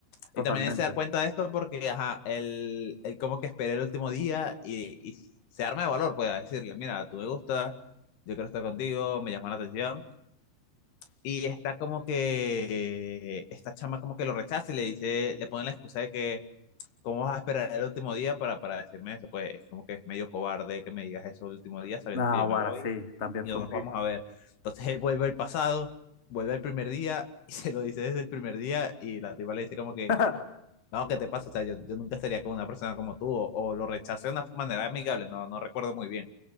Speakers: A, on the left (about 20°); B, on the left (about 65°).
A: totalmente.
B: Y también él se da cuenta de esto porque, ajá, él, él como que espera el último día y, y se arma de valor, pues, a decirle, mira, tú me gustas, yo quiero estar contigo, me llama la atención. Y está como que, esta chama como que lo rechaza y le dice, le pone la excusa de que, ¿cómo vas a esperar el último día para, para decirme eso? Pues es como que es medio cobarde que me digas eso el último día sabiendo
A: Ah,
B: que yo
A: ahora
B: me voy
A: sí, también
B: y
A: fue
B: no nos vamos
A: muy...
B: a ver. Entonces él vuelve al pasado, vuelve al primer día y <laughs> se lo dice desde el primer día y la tipa le dice como que
A: <laughs>
B: no, ¿qué te pasa? O sea, yo, yo nunca estaría con una persona como tú, o, o lo rechacé de una manera amigable, no, no recuerdo muy bien.